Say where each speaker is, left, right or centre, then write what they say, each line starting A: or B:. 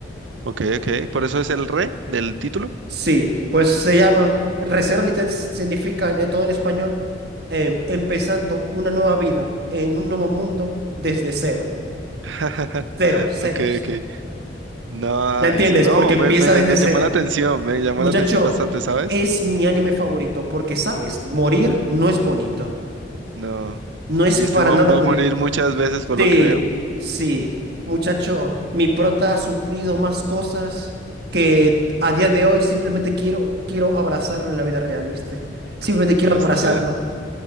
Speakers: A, on the right; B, on the right.
A: ok, ok. Por eso es el re del título.
B: Sí, pues se llama Recero Literal significa eh, todo en español, em, empezando una nueva vida en un nuevo mundo desde cero.
A: <laughs>
B: Cero, cero,
A: Ok,
B: cero,
A: ok.
B: cero.
A: Nice.
B: ¿La entiendes?
A: No,
B: Porque empieza
A: me, me,
B: desde
A: me
B: cero.
A: llamó la atención, me llamó
B: Muchacho,
A: la atención bastante, ¿sabes?
B: es mi anime favorito porque, sabes, morir no es bonito.
A: No.
B: No es
A: Y
B: para
A: este man
B: nada
A: va
B: bonito.
A: a morir muchas veces por
B: Sí,
A: lo que veo.
B: sí, muchacho, mi prota ha sufrido más cosas que a día de hoy simplemente quiero, quiero abrazarlo en la vida real, ¿viste? Simplemente quiero
A: Hostia.
B: abrazarlo,